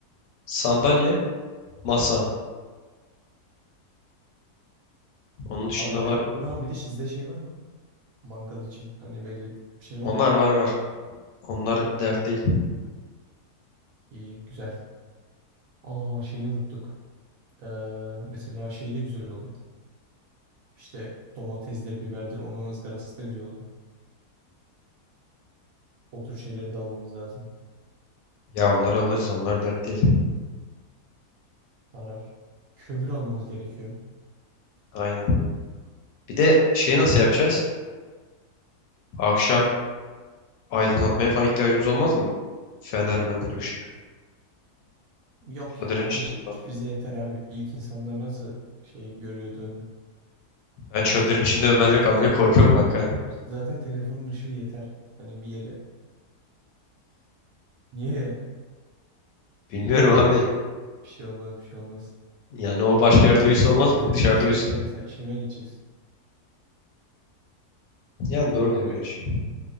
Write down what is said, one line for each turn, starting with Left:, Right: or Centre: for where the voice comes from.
Left: Sandalye, masa. Onun dışında
Right: Aynen.
Left: var mı?
Right: Ha bir de sizde şey var mı? Mangal için hani belli bir şey
Left: Onlar
Right: var ya.
Left: var var. Onlar dert değil.
Right: İyi güzel. Aa şeyi unuttuk. Ee, mesela şey de güzel oluyor. İşte domatesdir, biberdir onun ızgarası da güzel oluyor. O tür şeyleri de almamız lazım.
Left: Ya onları alırız. Onlar dert değil.
Right: Arar. Kömür almamız gerekiyor.
Left: Aynen. Bir de şeyi nasıl
Right: Kü-
Left: yapacağız? Akşam aydınlatmaya falan ihtiyacımız olmaz mı? Fener mener ışık.
Right: Yok
Left: Çadırın
Right: ya ateş
Left: içinde falan.
Right: bize yeter abi. İlk insanlar nasıl şey görüyordu önünü?
Left: Ben çadırın içinde Ömer'le
Right: İlk
Left: kalmaya
Right: insanlar
Left: korkuyorum
Right: gibi takılırız.
Left: kanka.
Right: Zaten telefonun ışığı yeter. Hani bir yere. Niye ya?
Left: Bilmiyorum abi.
Right: Bir şey olmaz bir şey olmaz.
Left: Yani o başka yerde
Right: Telefon
Left: uyusun olmaz mı?
Right: telefonun
Left: Dışarıda
Right: ışığı
Left: uyusun.
Right: yeter. Mesela işeme gideceksin.
Left: Yani doğru
Right: Abi
Left: diyorsun gerçi.